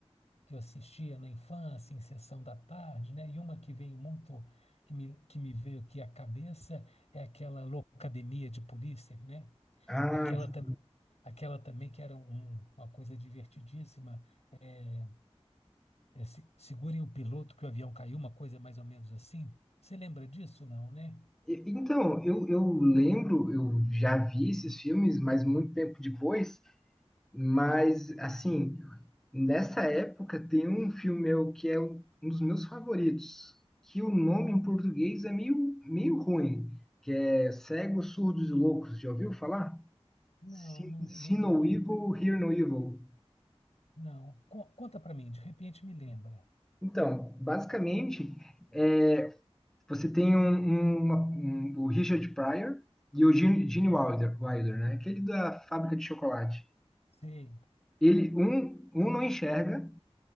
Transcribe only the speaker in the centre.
Ah,
sim.
E- Então, eu, eu lembro, eu já vi esses filmes, mas muito tempo depois. Mas, assim, nessa época tem um filme meu que é um um dos meus favoritos, que o nome em português é meio, meio ruim, que é Cegos, Surdos e Loucos. Já ouviu falar?
See,
See No
Evil, Hear No Evil.
Então, basicamente, é, Você tem um, um- uma- um- o Richard Pryor e o Gene, Gene Wilder, Wilder, né? Aquele da fábrica de chocolate.
Ele, um, um não enxerga